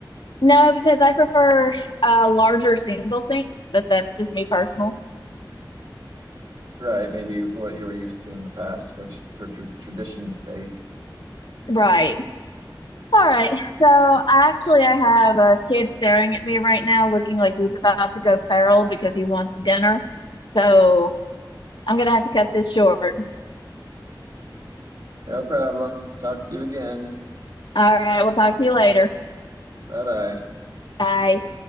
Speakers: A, on the left; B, on the right.
A: no, because I prefer a larger single sink, but that's just me personal.
B: Right, maybe what you were used to in the past for tr- for tr- tradition's sake.
A: Right. All right. So I actually I have a kid staring at me right now looking like he's about to go feral because he wants dinner. So I'm gonna have to cut this short.
B: No problem. Talk to you again.
A: All right, we'll talk to you later.
B: Bye bye.
A: Bye.